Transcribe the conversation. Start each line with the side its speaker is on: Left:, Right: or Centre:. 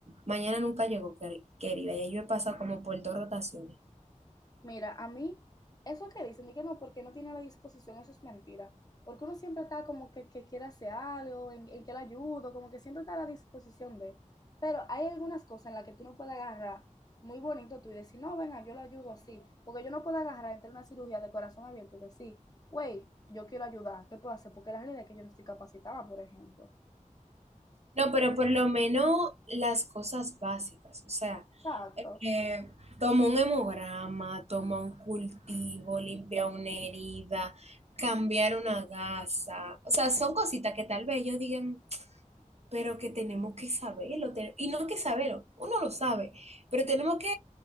Right: Mañana nunca llegó, querida, y yo he pasado como por dos rotaciones.
Left: Mira, a mí, eso que dicen, de que no, porque no tiene la disposición, eso es mentira. Porque uno siempre está como que, que quiere hacer algo, en, en que le ayudo, como que siempre está a la disposición de. Pero hay algunas cosas en las que tú no puedes agarrar muy bonito tú y decir, no, venga, yo lo ayudo así. Porque yo no puedo agarrar entre una cirugía de corazón abierto y decir, güey, yo quiero ayudar, ¿qué puedo hacer? Porque la realidad es que yo no estoy capacitada, por ejemplo.
Right: No, pero por lo menos las cosas básicas, o sea,
Left: Exacto.
Right: eh, toma un hemograma, toma un cultivo, limpia una herida, cambiar una gasa, o sea, son cositas que tal vez ellos digan, pero que tenemos que saberlo, te- y no que saberlo, uno lo sabe, pero tenemos que